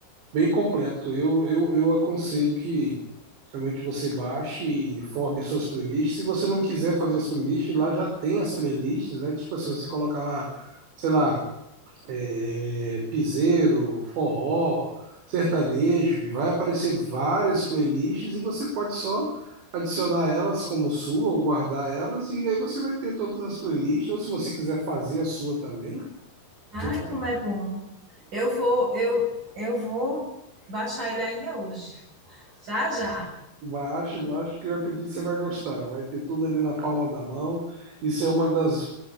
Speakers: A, on the right (about 85°); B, on the right (about 45°).
A: bem completo. Eu, eu, eu aconselho que realmente você baixe e forme suas playlists. Se você não quiser fazer as playlists, lá já tem as playlists, né? Tipo assim, você coloca lá, sei lá, é, piseiro, forró, sertanejo, e vai aparecer várias playlists e você pode só adicionar elas como sua ou guardar elas, e aí você vai ter todas as playlists, ou se você quiser fazer a sua também,
B: Ai,
A: eu
B: como é bom. Eu vou, eu, eu vou baixar ele ainda hoje. Já, já.
A: Baixe, baixe, que eu acredito que você vai gostar. Vai ter tudo ali na palma da mão. Isso é uma das,